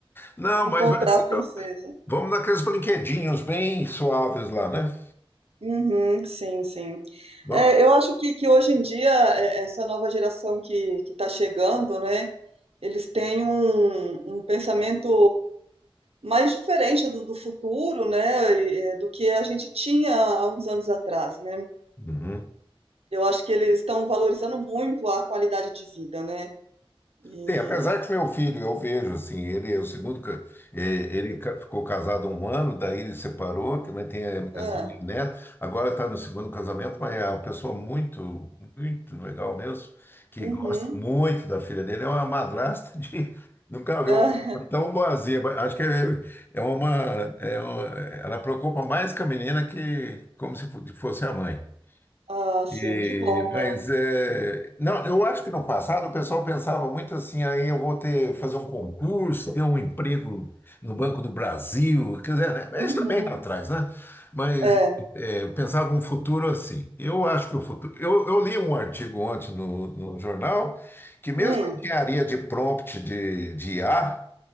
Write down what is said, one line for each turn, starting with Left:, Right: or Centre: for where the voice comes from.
Left: Não,
Right: Encontrar
Left: mas vai ser-
Right: a princesa.
Left: vamos naqueles brinquedinhos bem suaves lá, né?
Right: Uhum, sim, sim.
Left: Vamos.
Right: É, eu acho que, que hoje em dia, é, essa nova geração que, que está chegando, né? Eles têm um, um pensamento mais diferente do, do futuro, né, e, eh, do que a gente tinha há uns anos atrás, né?
Left: Uhum.
Right: Eu acho que eles estão valorizando muito a qualidade de vida, né? E
Left: Tem, apesar que meu filho, eu vejo assim, ele é o segundo, ca- é, ele ca- ficou casado um ano, daí ele separou, também tem eh,
Right: é,
Left: essa minha neta, agora está no segundo casamento, mas é uma pessoa muito, muito legal mesmo, que
Right: uhum,
Left: gosta muito da filha dele, é uma madrasta de... Nunca vi
Right: é,
Left: uma
Right: <laughs>
Left: madrasta tão boazinha, mas acho que é, é uma, é uma... Ela preocupa mais com a menina que como se fo- fosse a mãe.
Right: ah, sim,
Left: E-
Right: que bom,
Left: mas
Right: né?
Left: é, não, eu acho que no passado o pessoal pensava muito assim, aí eu vou ter fazer um concurso, ter um emprego no Banco do Brasil, quer dizer, né? Mas
Right: Uhum,
Left: Isso também lá atrás, né? Mas
Right: é,
Left: é, eu pensava um futuro assim. Eu acho que o futuro. Eu, eu li um artigo ontem no, no jornal que mesmo
Right: hum,
Left: a engenharia de prompt de, de I a